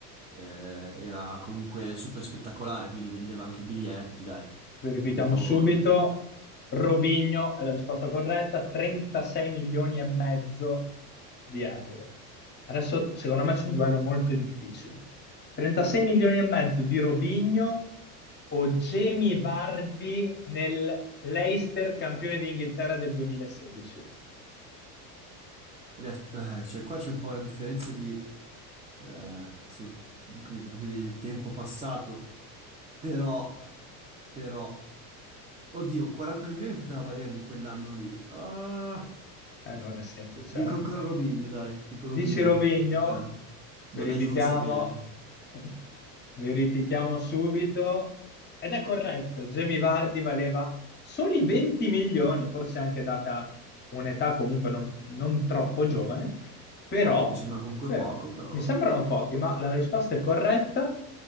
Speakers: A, on the right; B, on the left.
A: eh, era comunque super spettacolare, quindi vendeva anche i biglietti, dai.
B: Verifichiamo
A: Io dico,
B: subito. Robinho è la risposta corretta, 36 milioni e mezzo di euro. Adesso, secondo me, c'è un duello molto difficile. 36 milioni e mezzo di Robinho o Jamie Vardy nel Leicester campione d'Inghilterra del 2016?
A: in realtà, eh, cioè, qua c'è un po' una differenza di, eh, sul- come dire, proprio di tempo passato, però, però, oddio, 40 milioni poteva valerli quell'anno lì. Ah.
B: Eh, non è semplice.
A: Dico ancora
B: eh.
A: Robinho, dai, dico
B: Dici
A: Robinho,
B: Robigno?
A: perché non,
B: Verifichiamo.
A: non è giusto che...
B: <laughs> Verifichiamo subito. Ed è corretto, Jamie Vardy valeva soli 20 milioni, forse anche data un'età comunque non, non troppo giovane, però,
A: Ma mi sembra comunque
B: però
A: poco, però...
B: mi sembrano
A: vabbè.
B: pochi, ma la risposta è corretta.